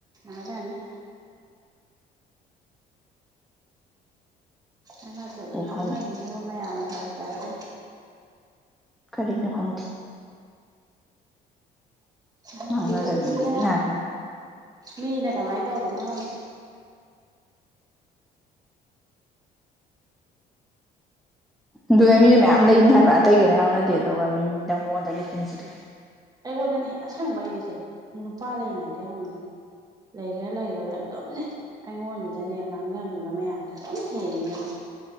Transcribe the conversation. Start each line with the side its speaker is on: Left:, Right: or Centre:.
Right: ꯑꯗꯅꯤ ꯑꯅ ꯆꯠ
Centre: ꯎ
Right: ꯉꯥꯡꯅꯕꯤꯅꯕ
Centre: ꯐꯪ
Right: ꯃꯌꯥꯝ ꯅꯨꯡꯉꯥꯏ ꯆꯥꯏꯗꯦ
Centre: ꯀꯔꯤꯒꯤꯅꯣ ꯈꯪꯗꯦ
Right: ꯌꯥꯝꯅ
Centre: ꯉꯥꯡꯅꯖꯅꯤꯡꯕꯤ
Right: ꯄꯤꯖꯤ ꯁꯤꯅ
Centre: ꯉꯥꯛꯇꯅꯤ
Right: ꯃꯤꯅ ꯀꯃꯥꯏꯅ ꯇꯧꯕꯅꯣ ꯈꯪꯗꯦ
Centre: ꯑꯗꯨꯗ ꯃꯤꯁꯨ ꯃꯌꯥꯝ ꯂꯩꯅꯤ ꯍꯥꯏꯕ ꯑꯇꯩ ꯀꯩꯅ ꯉꯥꯡꯅꯗꯦ ꯑꯗꯨꯒ ꯃꯤꯗꯪꯉꯣꯟꯗꯒ ꯍꯦꯟꯖꯤꯂ
Right: ꯑꯩꯉꯣꯟꯗꯅꯦ ꯑꯁꯦꯡꯕꯩ ꯅꯦꯁꯦ ꯅꯨꯄꯥ ꯂꯩꯉꯥꯏꯗꯩ ꯍꯧꯅ ꯂꯩꯒꯦꯔ ꯂꯩꯔꯣꯏꯔ ꯑꯗꯨꯝꯅꯦ ꯑꯩꯉꯣꯟꯁꯤꯗꯅꯦ ꯉꯥꯡꯅꯕꯤꯕ ꯃꯌꯥꯝꯁꯦ ꯑꯗꯨꯝ ꯍꯦꯟꯅꯕ